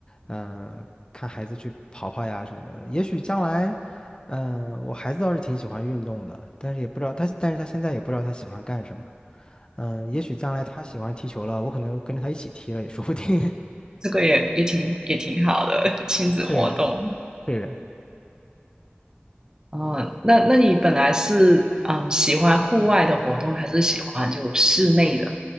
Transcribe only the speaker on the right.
这个也也挺也挺好的 <laughs> 亲子活动。
嗯，那那你本来是嗯喜欢户外的活动，还是喜欢就室内的？